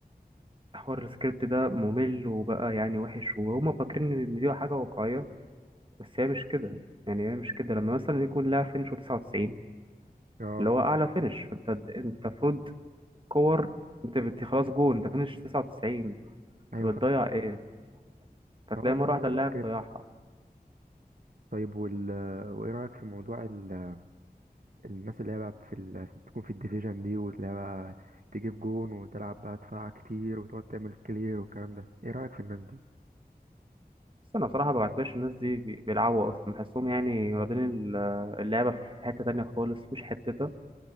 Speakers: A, on the right; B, on the right.
A: حوار السكريبت ده ممل وبقى يعني وحش وهما فاكرين إن دي حاجة واقعية بس هي مش كده يعني هي مش كده لما مثلا يكون لاعب فينش 99
B: اه
A: اللي هو أعلى فينش فأنت أنت المفروض كور بت- بت- خلاص جون أنت فينش 99 أنت
B: ايوه
A: بتضيع
B: فاهم
A: إيه فتلاقي
B: هو ده
A: مرة واحدة
B: ده
A: اللاعب
B: السكريبت
A: ضيعها
B: طيب وال... وايه رأيك في موضوع ال... الناس اللي هي بقى في ال... تكون في الديفيجن دي واللي هي بقى تجيب جون وتلعب بقى دفاع كتير وتقعد تعمل كلير والكلام ده ايه رأيك في الناس دي
A: بس أنا بصراحة ما بعتبرش الناس دي بي- بيلعبوا أصلا بحسهم يعني واخدين ال- اللعبة في حتة تانية خالص مش حتتها